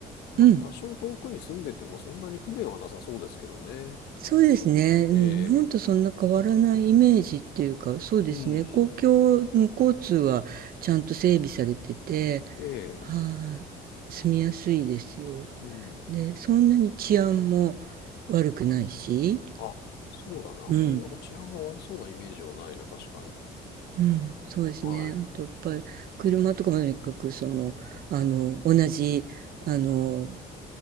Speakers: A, on the left; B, on the right.
A: まあ、
B: うん。
A: 多少遠くに住んでてもそんなに不便はなさそうですけどね。
B: そうですね。うん。
A: ええ、
B: 日本とそんな変わらないイメージっていうか、そうですね。
A: うん、
B: 公共、うん交通はちゃんと整備されてて、
A: ええ、
B: はい。住みやすいですよ。
A: うん。
B: で、そんなに治安も悪くないし、
A: あ、そうだな。あんまりなんか治安が悪そうなイメージはないな、
B: うん。
A: 確かに。
B: うん。そうですね。
A: はい。
B: あとやっぱり車とかもとにかくその、あの同じあの